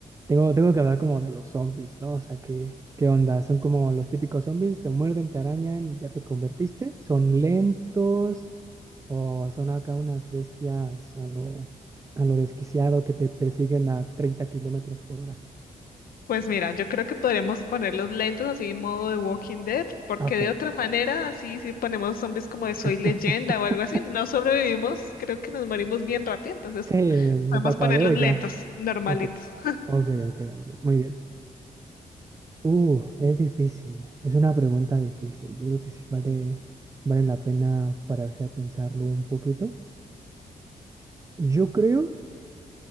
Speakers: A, on the right (about 20°); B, on the left (about 80°).
A: tengo, tengo que hablar como de los zombies, ¿no? O sea, ¿qué, qué onda? Son como los típicos zombies, te muerden, te arañan y ya te convertiste, son lentos o son acá unas bestias a lo, a lo desquiciado que te persiguen a treinta kilómetros por hora.
B: Pues mira, yo creo que podríamos ponerlos lentos así modo de Walking Dead, porque
A: Ok.
B: de otra manera, así si ponemos zombies como
A: <laughs>
B: de Soy Leyenda o algo así, no sobrevivimos, creo que nos morimos bien rápido, entonces
A: Sí, no
B: podemos
A: parpadeo
B: ponerlos lentos,
A: y ya.
B: normalitos.
A: Ok, ok, ok, ok. Muy bien. Uf, es difícil. Es una pregunta difícil. Yo creo que sí vale, vale la pena pararse a pensarlo un poquito. Yo creo,